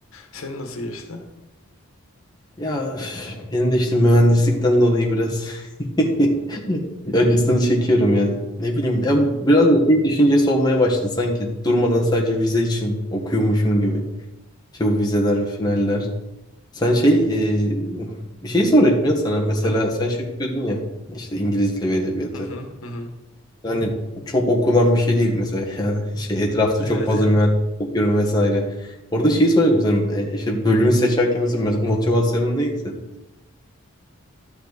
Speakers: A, on the left; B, on the left.
A: Senin nasıl geçti?
B: Ya üf, benim de işte mühendislikten dolayı biraz <laughs> acısını çekiyorum yani. Ne bileyim ya biraz da şey düşüncesi olmaya başladı sanki durmadan sadece vize için okuyormuşum gibi. İşte bu vizeler ve finaller. Sen şey e, bir şey soracaktım ya sana mesela
A: Hı
B: sen şey okuyordun ya işte İngiliz Dili ve Edebiyatı.
A: hı hı hı.
B: Yani çok okunan bir şey değil mesela <laughs> yani şey etrafta
A: Evet.
B: çok fazla mühendis
A: <laughs>
B: okuyorum vesaire. Orada şeyi soruyorum senin e, işte bölümü seçerken mesela mes- motivasyonun neydi senin?